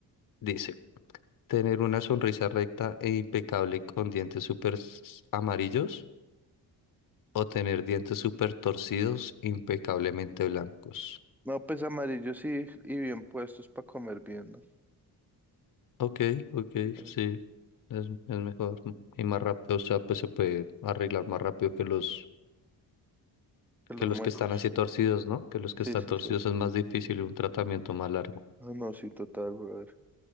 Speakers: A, on the left; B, in the centre.
A: dice, tener una sonrisa recta e impecable con dientes súper s- amarillos o tener dientes súper torcidos, impecablemente blancos.
B: No, pues amarillos sí, y bien puestos para comer bien, ¿no?
A: Ok, ok,
B: Eh,
A: sí, es, es mejor y más rápido, o sea, pues se puede arreglar más rápido que los
B: Que los
A: que los
B: muecos.
A: que están así torcidos, ¿no? Que los
B: Sí,
A: que están
B: sí,
A: torcidos
B: sí.
A: es más difícil y un tratamiento más largo.
B: Ah, no, sí, total, brother.